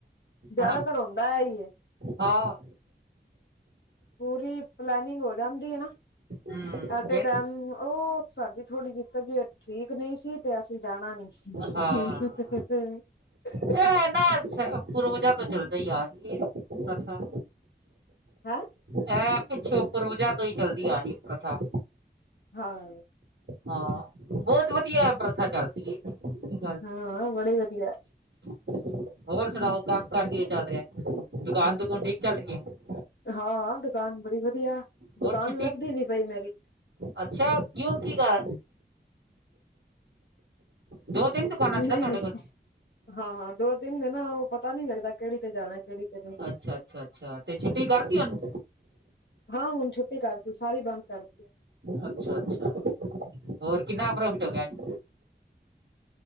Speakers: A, on the left; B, on the right.
A: ਜ਼ਿਆਦਾਤਰ
B: ਹਨਾ
A: ਹੁੰਦਾ ਇਹੀ ਹੈ।
B: ਹਾਂ,
A: ਪੂਰੀ ਪਲੈਨਿੰਗ ਹੋ ਜਾਂਦੀ ਹੈ ਨਾ।
B: ਹਮ
A: ਐਟ
B: ਫਿਰ
A: ਏ ਟੈਮ ਉਹ ਸਾਡੀ ਥੋੜੀ ਜਿਹੀ ਤਬੀਅਤ ਠੀਕ ਨਹੀਂ ਸੀ। ਤੇ ਅਸੀਂ ਜਾਣਾ ਨੀ।
B: ਹਾਂ
A: <unintelligible>
B: ਇਹ ਨਾ ਸ- ਪੂਰਵਜਾਂ ਤੋਂ ਚਲਦਾ ਹੀ ਆ ਰਹੀ ਹੈ ਕਥਾ।
A: ਹਮ ਹੈਂ
B: ਹੈਂ, ਪਿੱਛੇ ਪਰਵਜਾ ਤੋਂ ਹੀ ਚੱਲਦੀ ਆ ਰਹੀ ਹੈ ਪ੍ਰਥਾ
A: ਹਾਂ
B: ਹਾਂ ਬਹੁਤ ਵਧੀਆ ਪ੍ਰਥਾ ਚੱਲਦੀ ਹੈ ਕੋਈ
A: ਹਾਂ ਬੜੇ ਵਧੀਆ
B: ਹ <inaudible> ਹੋਰ
A: ਹਮ
B: ਸੁਣਾਓ ਕੰਮ ਕਾਰ ਕੇ ਚੱਲ ਰਿਹਾ ਦੁਕਾਨ ਦੁਕਾਨ ਠੀਕ ਚੱਲ ਰਹੀ ਹੈ
A: ਹਾਂ ਦੁਕਾਨ ਬੜੀ ਵਧੀਆ ਦੁਕਾਨ
B: ਹੋਰ ਛੁੱਟੀ
A: ਲੱਭਦੀ ਨੀ ਪਈ ਮੇਰੀ
B: ਅੱਛਾ ਕਿਉਂ ਕੀ ਕਾਰ ਦੋ ਤਿੰਨ ਦੁਕਾਨਾਂ
A: ਨਹੀਂ
B: ਸੀ ਨਾ ਤੁਹਾਡੇ
A: ਨਹੀਂ
B: ਕੋਲ
A: ਹਾਂ ਹਾਂ ਦੋ ਨੀ ਹੈ ਨਾ ਉਹ ਪਤਾ ਨੀ ਲੱਗਦਾ ਕਿਹੜੀ ਤੇ ਜਾਣਾ ਕਿਹੜੀ ਤੇ ਨਹੀਂ
B: ਅੱਛਾ ਅੱਛਾ ਅੱਛਾ ਤੇ ਛੁੱਟੀ ਕਰਦੀ ਉਹਨੂੰ
A: ਹਾਂ ਹੁਣ ਛੁੱਟੀ ਕਰਤੀ ਸਾਰੀ ਬੰਦ ਕਰਦੀ ਹੈ
B: ਅੱਛਾ ਅੱਛਾ ਹੋਰ ਕਿੰਨਾ ਪ੍ਰੋਫਿਟ ਹੋ ਗਿਆ ਅੱਜ